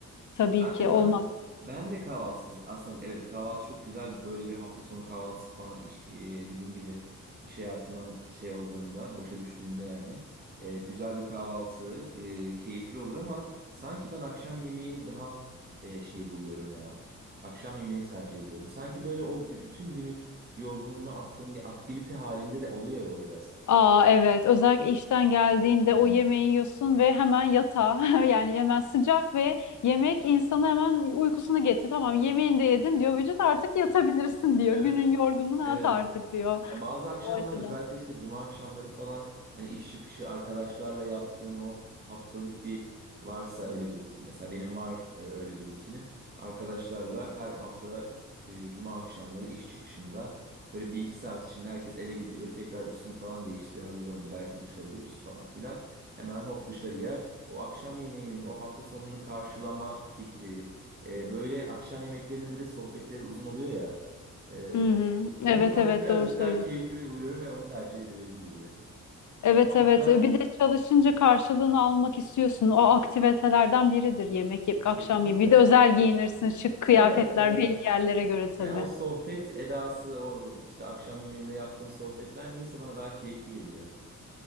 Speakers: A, on the left; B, on the right.
A: Tabii
B: Ben
A: ki
B: de
A: olmaz.
B: ben ben de kahvaltısız aslında evet kahvaltı çok güzel böyle bir hafta sonu kahvaltısı falan iş, e, dediğin gibi iş hayatından şey olduğunda boşa düştüğünde yani e, güzel bir kahvaltı e, keyifli olur ama sanki ben akşam yemeğini daha e, şey buluyorum ya akşam yemeğini tercih ediyorum sanki böyle o gü- bütün günün yorgunluğunu attığım bir aktivite halinde de oluyor ya o biraz.
A: Aa evet özellikle işten geldiğinde
B: Evet.
A: o yemeği yiyorsun ve hemen yatağa <laughs> yani hemen sıcak ve yemek insanı hemen uykusunu getiriyor. Tamam yemeğini de yedin diyor vücut artık yatabilirsin diyor.
B: Evet,
A: Günün yorgunluğunu
B: evet.
A: at artık diyor
B: Ya bazı akşamlar
A: o açıdan.
B: özellikle işte cuma akşamları falan hani iş çıkışı arkadaşlarla yaptığın o haftalık bir varsa öyle bir rutin. Mesela benim var e, öyle bir rutinim. Arkadaşlarla her hafta e, cuma akşamları iş çıkışında böyle bir iki saat içinde herkes eve gidiyor. Tekrar üstünü falan değiştiriyor, hazırlanıyor. Belki duş alıyoruz falan filan. Hemen hop dışarıya o akşam yemeğinin o hafta sonunu karşılama fikri. e, böyle akşam yemeklerinin bir de sohbetleri uzun oluyor ya. Ee,
A: Hı hı.
B: onu
A: Evet
B: sanki
A: evet
B: birazcık
A: doğru söylüyorsun.
B: daha keyifli buluyorum ve onu tercih ediyorum gibi.
A: Evet
B: Ama
A: evet
B: bu kadar
A: E, bir de çalışınca karşılığını almak istiyorsun. O aktivitelerden biridir yemek yiyip akşam
B: kesinlikle.
A: yemeği. Bir de özel giyinirsin şık kıyafetler
B: Evet, evet.
A: belli yerlere göre tabii.
B: Yani o sohbet edası, o işte akşam yemeğinde yaptığın sohbetler niyeyse bana daha keyifli geliyor.